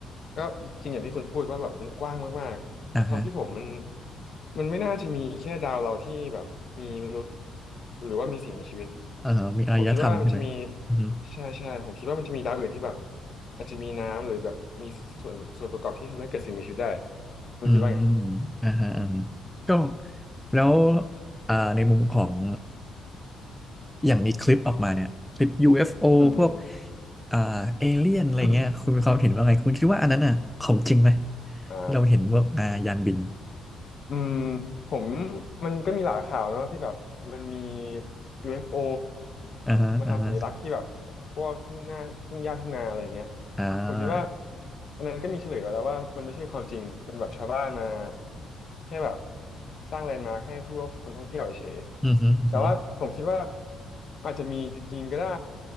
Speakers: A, on the left; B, in the centre.
A: ก็จริงอย่างที่คุณพูดว่าแบบมันกว้างมากๆในความคิดผมมัน
B: อ่าฮะ
A: มันไม่น่าจะมีแค่ดาวเราที่แบบมีมนุษย์หรือว่ามีสิ่งมีชีวิต
B: เอ่อมีอารยธรรมใช่ไหมอือฮึ
A: ผมคิดว่ามันจะมีใช่ใช่ผมคิดว่ามันจะมีดาวอื่นที่แบบอาจจะมีน้ำหรือแบบมีส่วนส่วนประกอบที่ทำให้เกิดสิ่งมีชีวิตได้คุณคิดว่าไงครับ
B: อืมอ่าฮะอ่าฮะก็แล้วอ่าในมุมของ อย่างมีคลิปออกมาเนี่ยคลิป UFO
A: อืม
B: พวกอ่าเอเลี่ยนอะไรเงี้ยคุณมีความเห็นว่าไงคุณคิดว่าอันนั้นอ่ะของจริงไหม
A: อืม <coughs> อ่า
B: ที่เราเห็นว่าอ่ายานบิน
A: อืมผมมันก็มีหลายข่าวเนอะที่แบบมันมี UFO
B: อ่าฮะอ่าฮะ
A: มาทำสัญลักษณ์ที่แบบพวกทุ่งหน้าทุ่งหญ้าทุ่งนาอะไรอย่างเงี้ย
B: อ่า
A: ผมคิดว่าอันนั้นก็มีเฉลยมาแล้วว่ามันไม่ใช่ความจริงเป็นแบบชาวบ้านมาแค่แบบสร้างแลนด์มาร์คให้ผู้คนท่องเที่ยวเฉยๆแต่ว่าผมคิดว่า
B: อือฮึอือฮึ
A: อาจจะมีจริงๆก็ได้